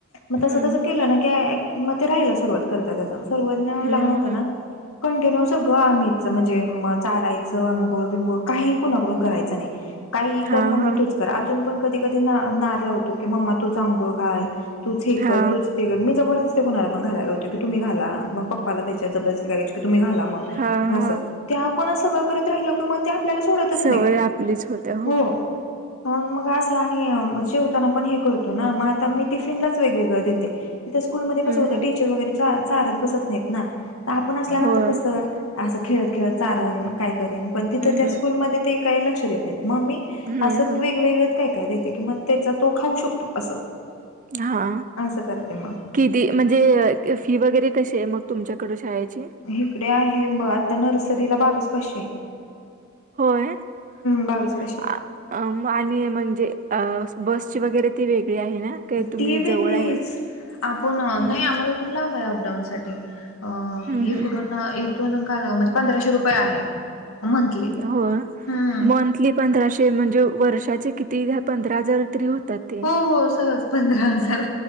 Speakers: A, on the left; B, on the right.
A: मग तसं-तसं
B: हम्म हम्म
A: केलं ना कि मग ते राहायला सुरुवात करतात अस, सरवतनं
B: हम्म
A: लहान हो
B: हम्म
A: ना कंटिन्यू सगळं आम्ही म्हणजे चारायचं अंघोळ, बिंगोळ काही कुणाकडून करायचा नाही. काही
B: हा
A: कर मम्मी
B: हा
A: तुच अजून पण कधी, कधी नार लावतो की मम्मा तूच आगोळ घाल तूच हे
B: हा
A: कर, तूच ते कर मी जबरदस्त ते कोणाला पण घालाय लावतय, की तुम्ही घाला. मग पप्पाला त्याच्या जबरस्ती करायची की तुम्ही घाला म
B: हा हा
A: अस, ते आपणच सगळं करत राहिलो की मग त्या आपल्याला सोडतच
B: सवय
A: नाहीत
B: आपलीच होत्या
A: हो. मग, मग असं आणि जेवताना पण हे करतो ना, मग आता मी टिफिनलाच वेगवेगळं देते. तिथ स्कूलमध्ये कसं
B: हम्म
A: होतय,
B: हम्म
A: टीचर वगैरे चा, चारत बसत नाहीत ना, तर आपण असल्यानंतर
B: हो हम्म
A: कसं असं खेळत, खेळत चारण काय करेन, पण तिथं त्या
B: हम्म
A: स्कूलमध्ये ते काय लक्ष देत नाहीत. मग मी
B: हम्म हम्म
A: वेगळंच काय, काय देते कि मग त्येच तो खाऊ शकतो असं.
B: हा,
A: असं करते मग.
B: किती दि, म्हणजे फी वगैरे कशी हाय मग तुमच्याकड शाळेची?
A: हिकडे आहे ब, आता नर्सरीला बावीस पाशे.
B: होय. <unintelligible>
A: बावीस पाचशे.
B: अ आणि म्हणजे अ बसची वगैरे फी वेगळी आहे ना? काही तुम्ही
A: ती वेगळीच,
B: जवळ आहे
A: हा पण
B: हम्म,
A: नाही आम्हाला इथून लाभ हाय अपडाऊन साठी. अ
B: हम्म,
A: इकडून,
B: हम्म.
A: इथून काल म्हणजे पंधराशे रुपये आहे. मंथली
B: हो,
A: हम्म
B: मंथली पंधराशे म्हणजे वर्षाचे कि दहा- पंधरा हजार तरी होतात ते,
A: हो हो सहज पंधरा हजार